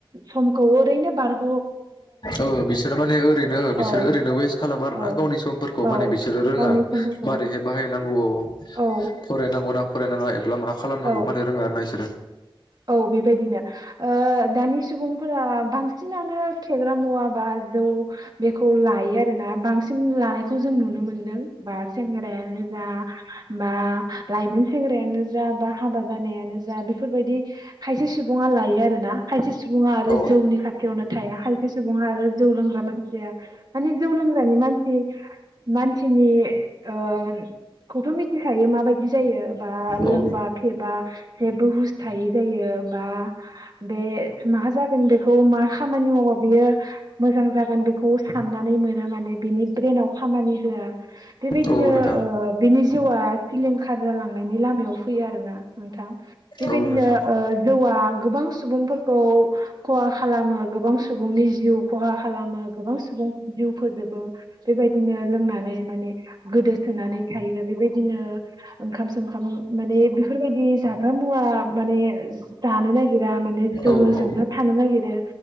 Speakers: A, on the right; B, on the left.
A: समखौ ओरैनो बारग
B: औ बिसोरो माने ओरैनो बिसोरो
A: औ
B: ओरैनो वेस्ट खालामो आरोना
A: औ
B: गावनि समफोरखौ
A: औ
B: माने बिसोरो रोङा
A: गावनि समफोरखौ
B: मारैहाय बाहायनांगौआव
A: औ
B: फरायनांगौ ना फरायनाङा एब्ला मा खालामनांगौ
A: औ
B: माने रोंया आरो ना बिसोरो
A: औ बेबायदिनो ओ दानि सुबुंफोरा बांसिनानो फे फेग्रा मुवा बा जौ बेखौ लोयो आरोना बांसिन लानायखौ जों खौ जों नुनो मोनदों बा सेंग्रायानो जा बा लाइमोन सेंग्रायानो जा बा हाबा जानायानो जा बेफोरबायदि खायसे सुबुङा लायो आरो ना खायसे सुबुङा आरो
B: औ
A: जौनि खाथियावनो थाया खायसे सुबुङा आरो जौ लोंग्रा मानसि मानसिया माने जौ लोंग्रानि मानसि मानसिनि ओ खौथ' मिथिखायो माबायदि बिदि जायो बा लोंबा
B: औ
A: फेबा जेबो हुस थायि जायो बा बे मा जागोन बेखौ मा खामानि मावबा बेयो मोजां जागोन बेखौ साननानै मोना माने बिनि ब्रेनाव खामानि होआ बेबायदिनो
B: औ नोंथां
A: ओ बिनि जिउआ सिलिंखार जालांनायनि लामायाव फैयो आरो ना नोंथां। बेबायदिनो
B: औ नोंथां
A: ओ जौआ गोबां सुबुंफोरखौ खहा खालामो गोबां सुबुंनि जिउ खहा खालामो गोबां सुबुंखौ जिउ फोजोबो बेबायदिनो लोंनानै माने गोदो सोनानै थायो बेबायदिनो ओंखाम सोंखाम माने बेफोरबायदि जाग्रा मुवा माने जानो नागिरा माने
B: औ
A: जौजोंनो
B: औ
A: थानो नागिरो